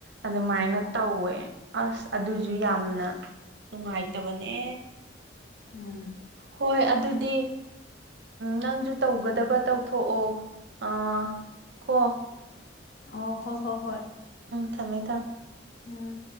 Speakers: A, on the right; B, on the left.
A: ꯑ ꯑꯗꯨꯃꯥꯏꯅ ꯇꯧꯋꯦ ꯑꯁ ꯑꯗꯨꯁꯨ ꯌꯥꯝꯅ ꯅꯨꯡꯉꯥꯏꯇꯕꯅꯦ
B: ꯎꯝ
A: ꯍꯣꯏ ꯑꯗꯨꯗꯤ ꯅꯪꯁꯨ ꯇꯧꯒꯗꯕ ꯇꯧꯊꯣꯛꯑꯣ ꯑꯥ ꯀꯣ
B: ꯑꯣ ꯍꯣ ꯍꯣ ꯍꯣꯏ
A: ꯊꯃꯦ ꯇ
B: ꯎꯝ